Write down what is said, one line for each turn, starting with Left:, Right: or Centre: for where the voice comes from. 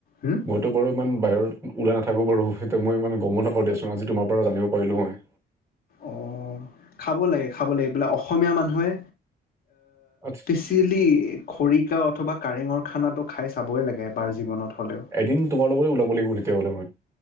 Left: হুম?
Right: ত' বাৰু ইমান বাহিৰ ওলাই নাথাকো বাৰু, সেইয়া মই ইমান গ'ম নাপাওঁ দিয়াচোন, আজি তোমাৰ পৰা জানিব পাৰিলো মই।
Left: অ খাব লাগে খাব লাগে এইবিলাক অসমীয়া মানুহে
Right: আচ্ছা
Left: চিলি খৰিকা অথবা কাৰেঙৰ খানাটো খাই চাবই লাগে এবাৰ জীৱনত হ'লেও।
Right: এদিন তোমাৰ লগতে ওলাব লাগিব তেতিয়াহলে মই।